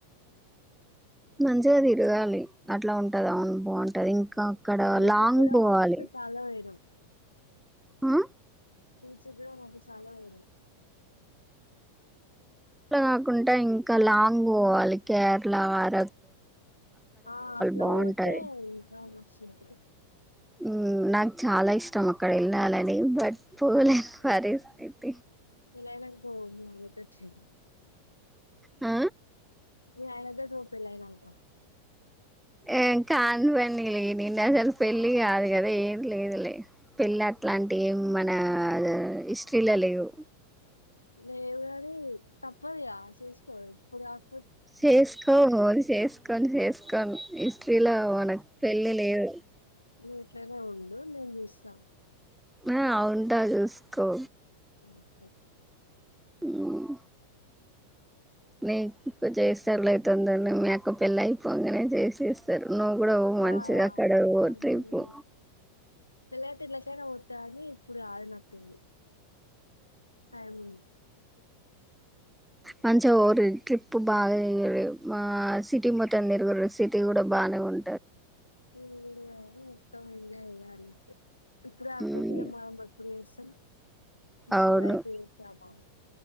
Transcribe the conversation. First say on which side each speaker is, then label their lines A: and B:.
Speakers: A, in the centre; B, on the left.
A: మంచిగా దీరాగాలి అట్లా ఉంటద్ ఔన్ బాఉం టదీ ఇంకా అక్కడ
B: బీచ్
A: లాంగ్
B: కూడా
A: బోవాలి
B: మస్తు చాలా పోయినం
A: ఆ
B: బీచుగ్రవ్ అది చాలా వైరల్
A: ఇట్ల గాకుండా ఇంకా లాంగ్ బోవాలి కేర్ ళా అట్
B: ఆ అట్లా
A: బాగుంటది
B: పోతే ఇంక మస్స్ ఉంటది
A: ఉమ్ నాక్ చాలా ఇష్టం అక్కడ ఏళ్ళాలని బట్ పోలేన్ పరిస్థిత్
B: యేలైలంక మా మమ్మీ మళ్ళీ లేటర్ చేన్
A: ఆ
B: మీ అయనతోట్ పో పెళ్ళైనంక
A: ఏ కాన్ పనిలే నేన్ అస్సల్ పెళ్ళి గాదు గదా ఏమ్ లేదులే పెళ్ అట్ ట్లాంటి ఏమ్ మన అదో హిస్ట్రీలో లేవు
B: లేేవు గాని తప్పద్ గా చేసుకో ఇప్పు గాగ్
A: చేేస్కో చేస్కోన్ చేేస్కోన్ ఇస్ ట్రిలా మనక్ పెళ్ళి లేదు
B: నువ్ ఇట్లానే ఉండు నేన్ జుస్స
A: నా ఆ వుంటా జూస్ కో
B: హాయ్ సార్
A: ఉమ్ నిక్ జేస్తర్ లే తొందర్నె మీ అక్క పెళ్ళై పోంగనే చేసేస్తరు నువ్ గూడా వో
B: నా
A: మంచిగా అక్కడవోతైపో
B: అనుకోలేదు పెళ్ళైతే ఏల్లకైనా వోతాఅని ఇప్పుడు రాదు నా పెళ్లి టైముంది
A: మంచిగా హఓ ట్రిప్ బాగా ఇ ఆ సిటీ మత్త త్తన్నీరు గుర సిటీ కూడా బానే ఉం
B: విరుగుడు గాని మొత్తం వెంగ ఇలా అంతే ఇప్పుడు ఆకతయ
A: మ్మ్
B: మాం పప్పుడు చేస్తాం నిసలుగా
A: అవును
B: అయితే చేస్తావా